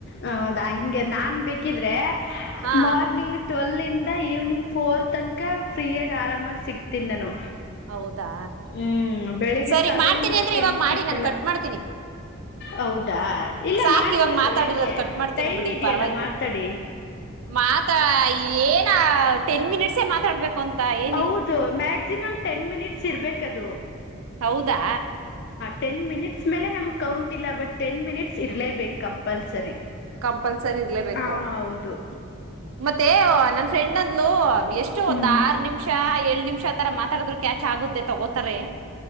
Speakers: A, on the left; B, on the right.
A: ಹೌದಾ ಹಿಂಗೆ ನಾನ್ ಬೇಕಿದ್ರೆ
B: ಹಾ
A: ಮಾರ್ನಿಂಗ್ ಟ್ವೆಲ್ ಇಂದ ಈವ್ನಿಂಗ್ ಫೋರ್ ತನಕ ಫ್ರೀಯಾಗಿ ಆರಾಮಾಗಿ ಸಿಗ್ತೀನಿ ನಾನು
B: ಹೌದಾ
A: ಹ್ಮ್ ಬೆಳಿಗ್ಗೆ
B: ಸರಿ
A: ಸೆವೆನ್
B: ಮಾಡ್ತೀನಿ
A: ಇಂದ
B: ಅಂದ್ರೆ
A: ಟೆನ್
B: ಇವಾಗ ಮಾಡಿ
A: ಸಿಕ್ಕಲ್ಲ
B: ನಾನ್ ಕಟ್ ಮಾಡ್ತೀನಿ
A: ಹೌದಾ ಇಲ್ಲ
B: ಸಾಕ್
A: ಮಾಡಿ
B: ಇವಾಗ
A: ನೀವು
B: ಮಾತಾಡಿರೋದು
A: ಯಾಕೆ
B: ಕಟ್ ಮಾಡ್ತೀನಿ
A: ಟೈಮ್
B: ಬಿಡಿ
A: ಇದೆಯಲ್ಲ
B: ಪರವಾಗಿಲ್ಲ
A: ಮಾತಾಡಿ
B: ಮಾತಾ ಏನ ಟೆನ್ ಮಿನಿಟ್ಸೇ ಮಾತಾಡ್ಬೇಕು ಭೂಮ್ ತಾಯಿ <inaudible>
A: ಹೌದು ಮ್ಯಾಕ್ಸಿಮಮ್ ಟೆನ್ ಮಿನಿಟ್ಸ್ ಇರಬೇಕದು
B: ಹೌದಾ
A: ಟೆನ್ ಮಿನಿಟ್ಸ್ ಮೇಲೆ ನಮಗೆ ಕೌಂಟ ಇಲ್ಲ ಬಟ್ ಟೆನ್ ಮಿನಿಟ್ಸ್ ಇರಲೇಬೇಕು ಕಂಪಲ್ಸರಿ
B: ಕಂಪಲ್ಸರಿ ಇರ್ಲೇಬೇಕು
A: ಹ ಹೌದು
B: ಮತ್ತೆ ನನ್ ಫ್ರೆಂಡ್ ಅಂದ್ಲು ಎಷ್ಟು ಒಂದ್
A: ಹ್ಮ್
B: ಆರ್ ನಿಮಿಷ ಏಳ್ ನಿಮಿಷ ತರ ಮಾತಾಡಿದ್ರು ಕ್ಯಾಚ್ ಆಗುತ್ತೆ ತಗೋತಾರೆ